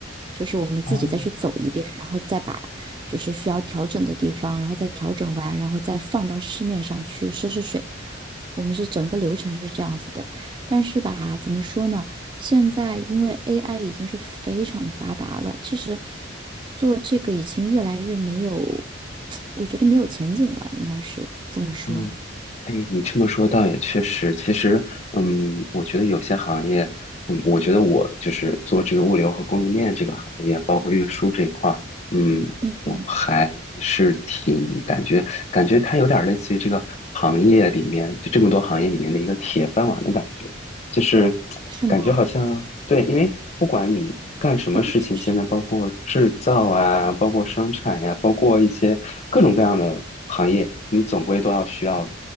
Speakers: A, on the right; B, on the left.
A: 就是我们自己再去走一遍，
B: 哦，
A: 然后再把。就是需要调整的地方，然后再调整完，然后再放到市面上去试试水。我们是整个流程是这样子的，但是吧，怎么说呢？现在因为 AI 已经是非常的发达了，其实做这个已经越来越没有，<tsk> 我觉得没有前景了，应该是这么说。
B: 嗯。哎，你这么说倒也确实。其实，嗯，我觉得有些行业，嗯，我觉得我就是做这个物流和供应链这个行业，包括运输这一块儿，嗯，
A: 嗯，
B: 我还是挺感觉感觉它有点儿类似于这个行业里面就这么多行业里面的一个铁饭碗的感觉。就是
A: 是吗？
B: 感觉好像对，因为不管你干什么事情，
A: 不过确实，
B: 现在包括制造啊，包括生产呀、包括一些各种各样的行业，你总归都要需要